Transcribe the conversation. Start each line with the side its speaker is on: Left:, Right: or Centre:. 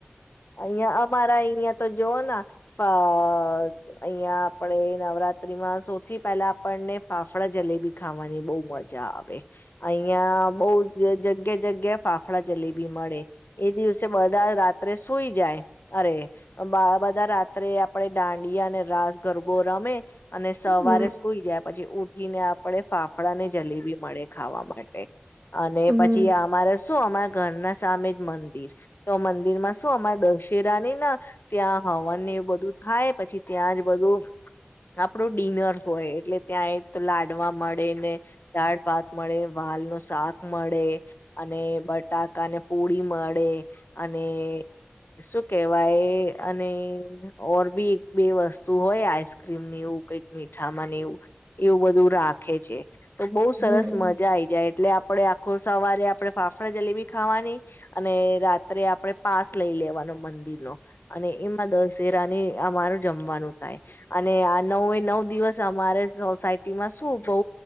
Left: અહીયાં અમારા અહી તો જોઉને અહી આપણેે નવરાત્રીમાં સૌથી પહેલા આપણને ફાફડા જલેબી ખાવાની બોહ મજા આવે. અહી બહુ જગ્યા જગ્યા ફાફડા જલેબી મળે એ દિવસે બધા રાત્રે સુઈ જાય અરે બધા રાત્રે આપણે દાંડિયા અને રાસ ગરબો રમે. અને સવારે
Right: હમ
Left: સુઈ જાય. પછી ઉથી ને આપણે ફાફડા ને જલેબી મળે ખાવા માટે. અને
Right: હમ
Left: પછી અમારે. શું અમારા ઘરના સામે જ મંદિર તો મંદિર માં તો અમારે દશેરાની ના ત્યાં હવનને બધું થાઈ એવું પછી ત્યાં જ બધું આપણું ડિનર હોય એટલે ત્યાં એક તો લાડવા મળે, ને દાળ ભાત મળે, વાલ નું શાક મળે અને બટાકાને પુરી મળે અને શું કેવાય? અને ઓર બી એક બે વસ્તુ હોય આઈસક્રીમ એવું કઈક મીઠામાં ને એવું એવું બધું રાખે છે તો બહુ સરસ
Right: હમ
Left: મજા આઈ જાય એટલે આપણે આખો સવારે આપણે ફાફડા જલેબી ખાવાની અને રાત્રે આપણેે પાસ લઈ લેવાનો મંદિરનો અને એમાં દશેરાની અમારું જમવાનું થાય અને આ નવ નવ દિવસ અમારે સોસાયટીમાં શું બહુ